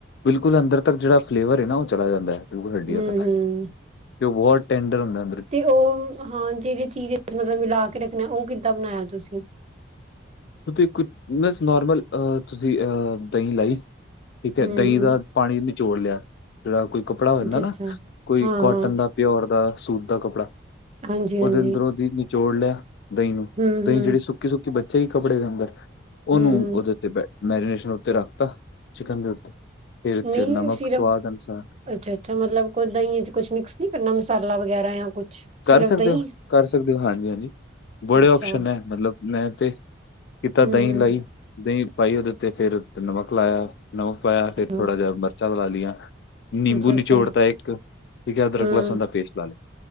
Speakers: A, on the left; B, on the right.
A: ਬਿਲਕੁਲ ਅੰਦਰ ਤੱਕ ਜਿਹੜਾ ਫਲੇਵਰ ਏ ਨਾ ਉਹ ਚਲਾ ਜਾਂਦੈ। ਹੱਡੀਆਂ
B: ਹੂੰ-ਹੂੰ
A: ਤੱਕ ਤੇ ਉਹ ਬਹੁਤ ਟੈਂਡਰ ਹੁੰਦੈ।
B: ਤੇ ਉਹ ਹਾਂ ਜਿਹੜੀ ਚੀਜ਼ ਮਤਲਬ ਮਿਲਾ ਕੇ ਰੱਖਣਾ ਉਹ ਕਿੱਦਾਂ ਬਣਾਇਆ ਤੁਸੀਂ?
A: ਉਹ ਕੁ ਮ ਨੋਰਮਲ ਤੁਸੀਂ ਅ ਦਹੀਂ ਲਾਈ ਠੀਕ ਹੈ
B: ਹੂੰ-ਹੂੰ
A: ਦਹੀਂ ਦਾ ਪਾਣੀ ਨਚੋੜ ਲਿਆ, ਜਿਹੜਾ ਕੋਈ ਕੱਪੜਾ ਹੋ ਜਾਂਦਾ
B: ਅੱਛਾ-ਅੱਛਾ
A: ਨਾ ਕੋਈ
B: ਹਾਂ-ਹਾਂ
A: ਕੋਟਨ ਦਾ ਪਿਓਰ ਦਾ, ਸੂਤ ਦਾ ਕੱਪੜਾ,
B: ਹਾਂਜੀ-ਹਾਂਜੀ
A: ਉਹਦੇ ਅੰਦਰੋ ਜੀ ਨਿਚੋੜ ਲਿਆ ਦਹੀਂ ਨੂੰ
B: ਹੂੰ-ਹੂੰ,
A: ਦਹੀਂ ਜਿਹੜੀ ਸੁੱਕੀ- ਸੁੱਕੀ ਬੱਚੇ ਸੀ ਕੱਪੜੇ ਦੇ ਅੰਦਰ, ਉਹਨੂੰ
B: ਹੂੰ-ਹੂੰ
A: ਉਹਦੇ ਉੱਤੇ ਬਹਿ ਮੈਰੀਨੇਸ਼ਨ ਉੱਤੇ ਰੱਖਤਾ, ਚਿਕਨ ਦੇ ਉੱਤੇ ਫਿਰ
B: ਨਹੀਂ
A: ਚ ਨਮਕ
B: ਸੀਰਮ
A: ਸਵਾਦ ਅਨੁਸਾਰ
B: ਅੱਛਾ- ਅੱਛਾ ਮਤਲਬ ਕੋਈ ਦਹੀਂਏ 'ਚ ਕੁਛ ਮਿਕਸ ਨੀ ਕਰਨਾ, ਮਸਾਲਾ ਵਗੈਰਾ ਜਾਂ ਕੁਛ
A: ਕਰ
B: ਸਿਰਫ
A: ਸਕਦੇ
B: ਦਹੀਂ
A: ਹੋ, ਕਰ ਸਕਦੇ ਹੋ ਹਾਂਜੀ -ਹਾਂਜੀ ਬੜੇ
B: ਅੱਛਾ
A: ਉਪਸ਼ਨ ਐ, ਮਤਲਬ ਮੈਂ ਤੇ ਕੀਤਾ
B: ਹੂੰ-ਹੂੰ,
A: ਦਹੀਂ ਲਈ, ਦਹੀਂ ਪਾਈ ਉਹਦੇ ਤੇ ਫਿਰ ਨਮਕ ਲਾਇਆ, ਨਮਕ ਪਾਇਆ ਫੇਰ
B: ਹੂੰ
A: ਥੋੜਾ ਜਿਹਾ ਮਿਰਚਾਂ ਲਗਾ ਲਈਆਂ, ਨਿੰਬੂ
B: ਅੱਛਾ-ਅੱਛਾ
A: ਨਿਚੋੜਤਾ ਇੱਕ, ਠੀਕ ਹੈ ਅਦਰਕ
B: ਹੂੰ
A: ਲਸਣ ਦਾ ਪੇਸਟ ਲਾ ਲਿਆ